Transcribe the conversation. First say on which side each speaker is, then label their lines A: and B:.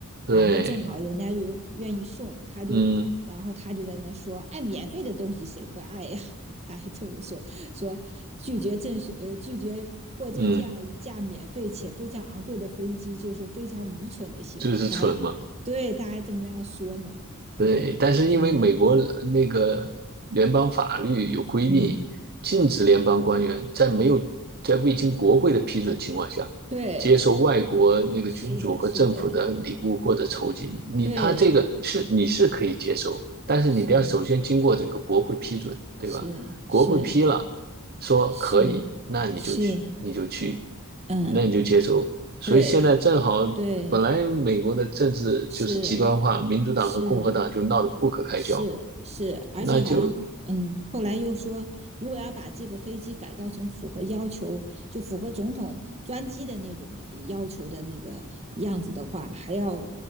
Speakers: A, on the right; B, on the right.
A: 对，
B: 然后正好人家又愿意送，他就，
A: 嗯
B: 然后他就在那说，爱免费的东西谁不爱呀？<laughs> 他还这么说，说拒绝赠送，呃，拒绝获赠这样一架免费且非常昂贵的飞机，
A: 嗯，
B: 就是非常愚蠢的行为。
A: 就是蠢嘛。
B: 他还对，他还这么样说嘛？
A: 对，但是因为美国呃那个联邦法律有规定，
B: 嗯嗯，
A: 禁止联邦官员在没有在未经国会的批准情况下，
B: 对，
A: 接受外国那个君主和政府的礼物或者酬金。
B: 是的，是的，
A: 你他这个是你是可以接受，
B: 对，
A: 但是你得要首先经过这个国会批准，
B: 是
A: 对吧？
B: 是是
A: 国会批了，说可以，
B: 是
A: 那你就去，
B: 是，
A: 你就去，
B: 嗯，
A: 那你就接受所以现在正好，
B: 对对，
A: 本来美国的政治就是极端化，
B: 是
A: 民主党和共和党就闹得不可开交，
B: 是是是，而且好像嗯，
A: 那就
B: 后来又说，如果要把这个飞机改造成符合要求，就符合总统专机的那种要求的那个样子的话，还要